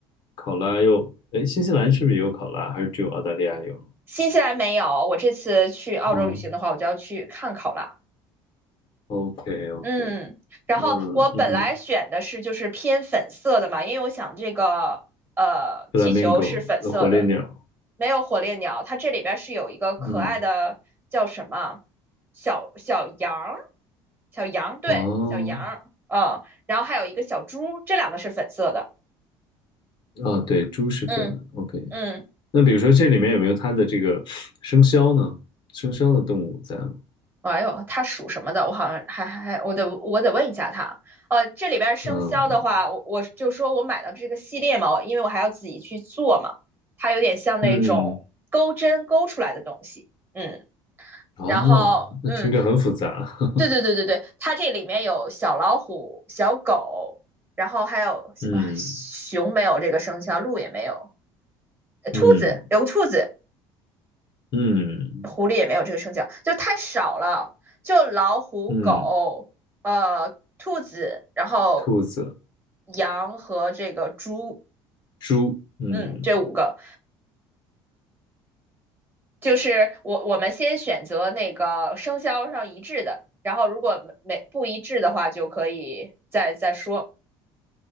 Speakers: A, on the left; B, on the right.
A: 考拉又，哎，新西兰是不是也有考拉，还是只有澳大利亚有？
B: 新西兰没有，我这次去澳洲旅行的话，
A: 嗯
B: 我就要去看考拉。
A: ，OK OK，
B: 嗯，然后我本来选的是就是偏粉色的嘛，
A: 那嗯哼
B: 因为我想这个呃气球是粉色的，
A: ，flamingo，呃火烈鸟，
B: 没有火烈鸟，它这里边是有一个可爱的叫什么
A: 嗯。
B: 小小羊儿，小羊对小羊儿，
A: 哦，
B: 嗯，然后还有一个小猪，这两个是粉色的，
A: 啊，对，猪是粉，OK。
B: 嗯嗯。
A: 那比如说这里面有没有它的这个生肖呢？生肖的动物在吗？
B: 哎呦，他属什么的？我好像还还还，我得我得问一下他。呃，这里边生肖的话，
A: 嗯
B: 我我就说我买到这个系列嘛，因为我还要自己去做嘛，它有点像那种钩针钩出来的东西。
A: 嗯嗯，
B: 嗯，
A: 哦，
B: 然后嗯，
A: 那听着很复杂。<laughs>
B: 对对对对对，它这里面有小老虎、小狗，然后还有啊熊没有这个生肖，
A: 嗯
B: 鹿也没有，呃兔子有个兔子，
A: 嗯嗯
B: 狐狸也没有这个生肖，就太少了，就老虎、
A: 嗯，
B: 狗、呃、兔子，然后
A: 兔子、
B: 羊和这个猪，
A: 猪，嗯，
B: 嗯，这五个就是我我们先选择那个生肖上一致的，然后如果没不一致的话，就可以再再说，